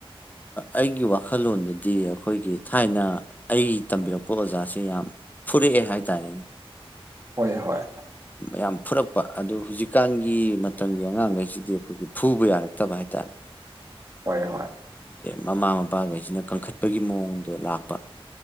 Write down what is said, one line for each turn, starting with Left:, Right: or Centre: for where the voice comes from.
Left: ꯑꯩꯒꯤ ꯋꯥꯈꯜꯂꯣꯟꯗꯗꯤ ꯑꯈꯣꯏꯒꯤ ꯊꯥꯏꯅ ꯑꯩꯒꯤ ꯇꯝꯕꯤꯔꯛꯄ ꯑꯣꯖꯥ ꯌꯥꯝ ꯐꯨꯔꯛꯑꯦ ꯍꯥꯏꯇꯥꯔꯦꯅꯦ
Right: ꯍꯣꯏ ꯍꯣꯏ
Left: ꯌꯥꯝ ꯐꯨꯔꯛꯄ ꯑꯗꯨ ꯍꯧꯖꯤꯛꯀꯥꯟꯒꯤ ꯃꯇꯝꯒꯤ ꯑꯉꯥꯡꯈꯩꯁꯤꯗꯤ ꯑꯈꯣꯏꯒꯤ ꯐꯨꯕ ꯌꯥꯔꯛꯇꯕ ꯍꯥꯢꯇꯥꯔꯦ
Right: ꯍꯣꯏ ꯍꯣꯏ
Left: ꯃꯃꯥ ꯃꯄꯥꯈꯩꯁꯤꯅ ꯀꯟꯈꯠꯄꯒꯤ ꯃꯑꯣꯡꯗꯣ ꯂꯥꯛꯄ